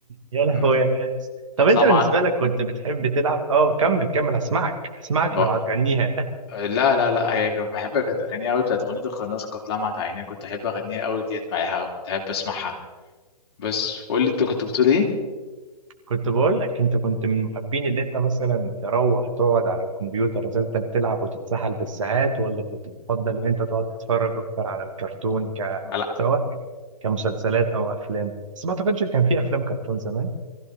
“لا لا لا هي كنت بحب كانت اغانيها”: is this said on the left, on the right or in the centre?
Left